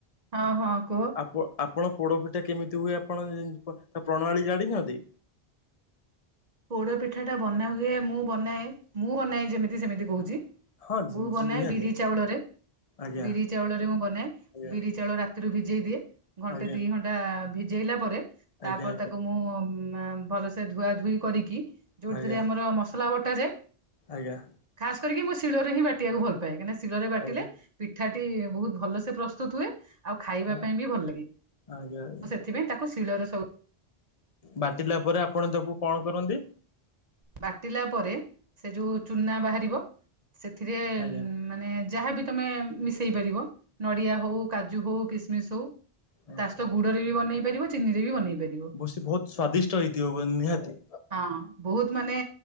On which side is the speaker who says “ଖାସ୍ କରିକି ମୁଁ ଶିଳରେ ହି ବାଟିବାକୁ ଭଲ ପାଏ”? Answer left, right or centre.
Right